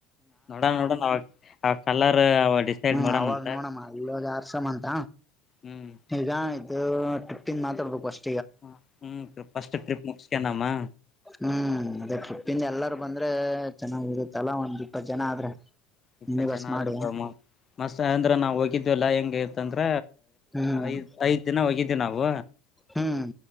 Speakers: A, on the left; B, in the centre.
A: ನೋಡೋಣ ನೋಡಣ ಅವಾಗ ಅವ ಕಲರ್ ಅವಡಿಸ ಡಿಸೈಡ್
B: ಹ್ಮ್
A: ಮಾಡಣಂತ
B: ಅವಾಗ ನೋಡಮ್ಮ ಇಲ್ಲೋಗ ಆರ್ಸಮ್ಮ ಅಂತ
A: ಹ್ಮ್
B: ಈಗ ಇದು ಟಿಪ್ಪಿಂಗ ಮಾತಾಡ್ಬೇಕು ಅಷ್ಟೇ
A: ಹಾ ಹ್ಞ ಫಸ್ಟ್ ಟ್ರಿಪ್ ಮುಕ್ಸಿಕಣಾಮಾ
B: ಹ್ಮ್ ಅದೇ ತಪ್ಪಿಂದ ಎಲ್ಲಾರು ಬಂದ್ರೆ ಚೆನ್ನಾಗಿರುತ್ತಲ ಒಂದ್ ಇಪ್ಪತ್ತು ಜನ ಆದ್ರೆ
A: ಇಪ್ಪತ್ತು
B: ಮಿನಿ ಬಸ್
A: ಜನ
B: ಮಾಡಿ
A: ಆದ್ರ ಬಮ್ಮ ಮಸ್ತ್ ಅಂದ್ರ ನಾವು ಹೋಗಿದ್ವಿಲ್ಲಾ ಹೆಂಗ ಇಂತಂದ್ರ
B: ಹ್ಮ್
A: ಐದ್ ಐದ್ ದಿನ ಹೋಗಿದ್ದೀವಿ ನಾವು
B: ಹ್ಮ್